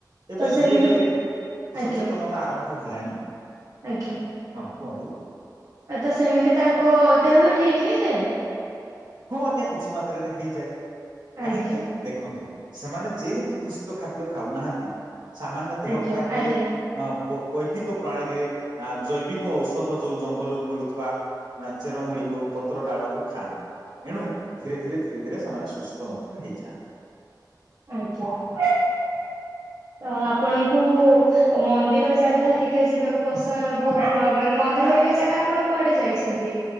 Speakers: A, on the right; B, on the right.
A: ଏବେ
B: ତ ସେମିତି
A: ଧୀରେ ଧୀରେ
B: ଆଜ୍ଞା
A: ସଚେତନତା ଆରମ୍ଭ ହେଲାଣି।
B: ଆଜ୍ଞା।
A: ହଁ କୁହନ୍ତୁ?
B: ଆଉ ତ ସେମିତି ତାଙ୍କ ଦେହ ବି ଠିକ୍ ହେଇଯାଏ?
A: ହଁ ଆଜ୍ଞା କିଛି ମାତ୍ରାରେ ହେଇଯାଏ,
B: ଆଜ୍ଞା
A: କାହିଁକି? ଦେଖନ୍ତୁ ସେମାନେ ଯେହେତୁ ଦୂଷିତ ଖାଦ୍ୟ ଖାଉନାହାନ୍ତି ସାମାନ୍ୟ ଦେହ
B: ଆଜ୍ଞା
A: ଖରାପ
B: ଆଜ୍ଞା
A: ହେଲେ ଅ ବ ବୈଦିକ ପ୍ରଣାଳୀରେ ଜୈବିକ ଔଷଧ ଯୋଉ ଜଙ୍ଗଲରୁ ମିଳୁଥିବା ଆ ଚେରମୁଳି ହଉ, ପତ୍ର ଡାଳ ହଉ ଖାଆନ୍ତି। ଏଣୁ ଧୀରେ ଧୀରେ ଧୀରେ ଧୀରେ ସେମାନେ ସୁସ୍ଥ ମଧ୍ୟ ହେଇଯାଆନ୍ତି।
B: ଆଜ୍ଞା ତ ଆପଣଙ୍କୁ ଓ ମନ୍ଦିର ଜାଗା ହରିକା ଯିବାକୁ ବର୍ଷା ବୋହୁତ ମ ମାନେ ମନ୍ଦିର ହରିକା ଜାଗା ଆପଣ କୁଆଡେ ଯାଇଛନ୍ତି?